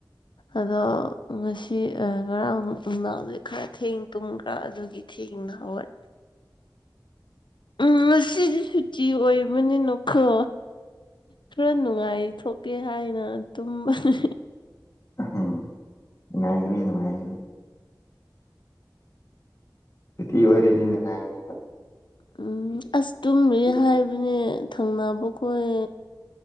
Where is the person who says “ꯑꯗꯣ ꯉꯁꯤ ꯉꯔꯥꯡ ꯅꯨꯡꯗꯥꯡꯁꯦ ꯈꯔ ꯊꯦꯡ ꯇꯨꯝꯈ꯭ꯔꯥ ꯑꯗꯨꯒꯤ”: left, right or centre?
Left